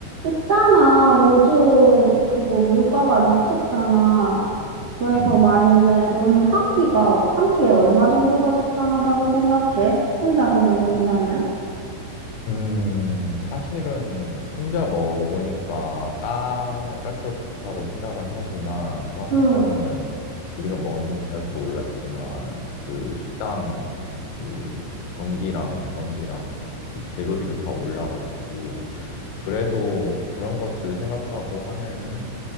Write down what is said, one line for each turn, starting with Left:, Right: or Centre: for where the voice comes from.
Right: 있잖아, 요즘 그거 물가가 미쳤잖아. 그래서
Left: 음,
Right: 말인데, 너는 한 끼가, 한 끼에 얼마 정도가 적당하다고 생각해? 혼자서 먹는다면?
Left: 음, 사실은 혼자 먹으니까 싸면 쌀수록 좋다고 생각은 하지만 또 한편으로는
Right: 응,
Left: 우리가 먹는 가격도 올랐지만 그 식당 이 전기랑 인건비랑 이 재료비도 다 올라가지고 그래도 그런 것들 생각하고 하면은